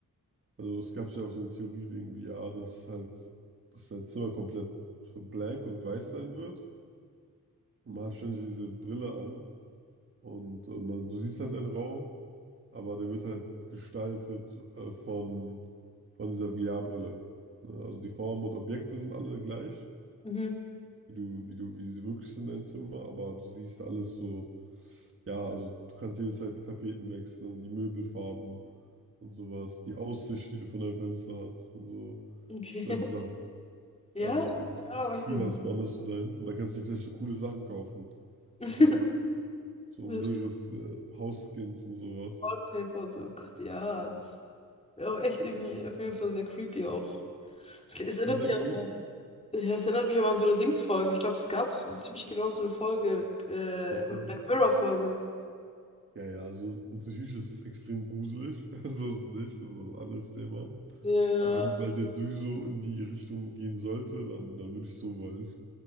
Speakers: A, on the right; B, on the left.
A: also es gab ja auch so eine Theorie wegen VR, dass halt, dass sein Zimmer komplett so blank und weiß sein wird. Und man hat ständig diese Brille an und äh, man, du siehst halt einen Raum, aber der wird halt gestaltet äh, von, von dieser VR-Brille. Ne? Also die Formen und Objekte sind alle gleich,
B: Mhm.
A: wie du, wie du, wie sie wirklich sind, dein Zimmer, aber du siehst alles so, ja, also du kannst jederzeit die Tapeten wechseln, die Möbelfarben und sowas, die Aussicht, die du von deinem Fenster hast und so,
B: Okay.
A: solche
B: <laughs>
A: Sachen.
B: Ja,
A: Ähm,
B: ja,
A: das
B: weiß
A: Gefühl
B: ich nicht.
A: hast, woanders zu sein. Und dann kannst du dir vielleicht so coole Sachen kaufen
B: <laughs>
A: mit den Punkten. So
B: Mit
A: Meeres, äh, Hausskins und sowas.
B: Wallpaper und so, oh Gott, ja. Das wäre auch echt irgendwie auf jeden Fall sehr creepy auch. Es es erinnert
A: Sehr
B: mich
A: creepy.
B: an so Ja, das erinnert mich aber an so eine Dings-Folge. Ich glaube, es gab so ziemlich genau so eine Folge, äh,
A: Merkt
B: so
A: man.
B: eine Black Mirror-Folge.
A: Ja, ja, also natürlich ist es extrem gruselig. <laughs> So ist es nicht. Das ist noch ein anderes Thema.
B: Ja,
A: Aber wenn die Welt jetzt sowieso in die Richtung gehen sollte, dann, dann würde ich so wollen.